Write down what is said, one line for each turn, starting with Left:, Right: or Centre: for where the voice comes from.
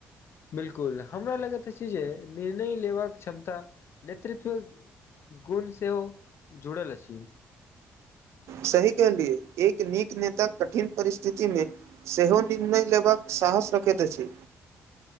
Left: बिलकुल हमरा लगैत अछि जे निर्णय लेबाक क्षमता नेतृत्व गुण सेहो जुड़ल अछि।
Right: सही कहलियै एक नेक नेता कठिन परिस्थिति मे सेहो निर्णय लेबाक साहस रखैत अछि।